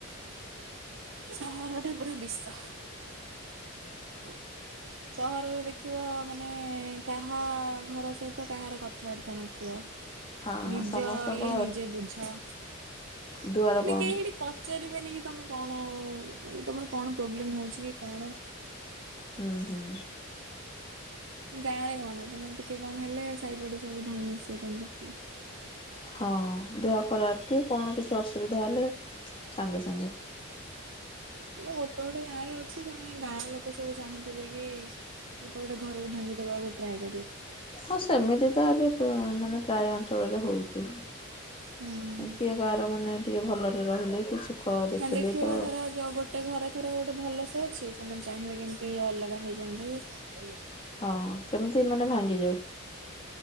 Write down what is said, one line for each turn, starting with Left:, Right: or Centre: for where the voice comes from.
Right: ସହର ଟା ପୁରା ବିଷ। <inaudible> ସହରରେ ଦେଖିବ ମାନେ କାହା ଘର ସହିତ କାହାର କଥାବାର୍ତ୍ତା ନଥିବ।
Left: ହଁ
Right: ନିଜ
Left: ସମସ୍ତଙ୍କ
Right: ଇଏ ନିଜେ ବୁଝ। ମାନେ
Left: ଦୁଆର ବନ୍ଦ
Right: କେହି ହେଟି ପଚାରିବେନି କି ତମେ କଣ ମାନେ ତମର କଣ ପ୍ରୋବ୍ଲେମ ହଉଛି କି କଣ?
Left: ହୁଁ ହୁଁ।
Right: ଗାଁ ରେ କଣ ତମର ଟିକେ କଣ ହେଲେ ସାଇ ପଡିଶା ବି ଧାଇଁ ଆସିବେ ତମ ପାଖକୁ।
Left: ହଁ ଦେହ ଖରାପ କି? କଣ କିଛି ଅସୁବିଧା ହେଲେ ସାଙ୍ଗେ ସାଙ୍ଗେ।
Right: କେବେ ଗୋଟେ ଗୋଟେ ଗାଁରେ ଅଛି ସେମାନେ ଗାଁ ଲୋକ ସବୁ ଚାହୁଁଥିବେ କି ଗୋଟେ ଗୋଟେ ଘରକୁ ଭାଙ୍ଗିଦବାକୁ ଟ୍ରାଏ କରିବେ।
Left: ହଁ ସେମିତି ତ ଏବେ ପ ଅ ମାନେ ପ୍ରାୟ। ଚଳରେ ହଉଛି
Right: ହୁଁ
Left: କିଏ ଗାଁରେ ମାନେ ଟିକେ ଭଲରେ ରହିଲେ କି ସୁଖ ଦେଖିଲେ
Right: ଏ ଦେଖିବ
Left: ତ
Right: ଧର ଗୋଟେ ଘରେ ଥର ଗୋଟେ ଭଲସେ ଅଛି। ସେମାନେ ଚାହିଁବେ କେମିତି ଅଲଗା ହେଇଯାଆନ୍ତି।
Left: ହଁ କେମିତି ମାନେ ଭାଙ୍ଗି ଯାଉ।